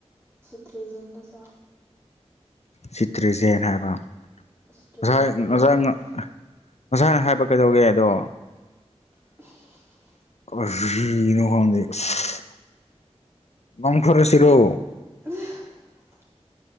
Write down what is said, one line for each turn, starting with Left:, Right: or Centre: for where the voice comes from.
Right: ꯁꯤꯇ꯭ꯔꯤꯖꯤꯟꯗꯣ ꯆꯥꯎ
Left: ꯁꯤꯇ꯭ꯔꯤꯖꯦꯟ ꯍꯥꯏꯕ
Right: ꯁꯤꯇ꯭ꯔꯤꯖꯤꯟ
Left: ꯉꯁꯥꯏ
Right: ꯑꯗꯨ ꯌꯥꯝ
Left: ꯉꯁꯥꯏ
Right: ꯐꯕꯅꯦ
Left: <unintelligible> ꯉꯁꯥꯅ ꯍꯥꯏꯕ ꯀꯩꯗꯧꯒꯦ ꯑꯗꯣ
Right: <unintelligible>
Left: <unintelligible> ꯃꯥꯡ ꯐꯔꯁꯤꯔꯣ
Right: <unintelligible>